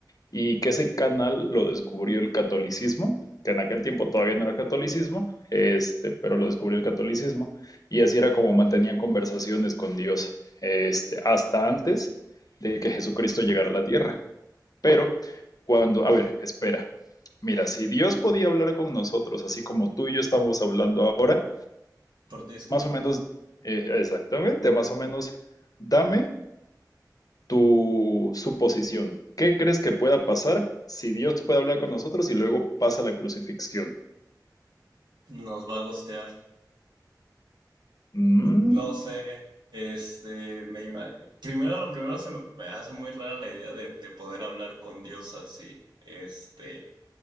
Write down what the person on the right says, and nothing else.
por Discord.
Nos va a gostear.
No sé, este, me ima- primero lo primero se me me hace muy rara la idea de, de poder hablar con Dios así. Este,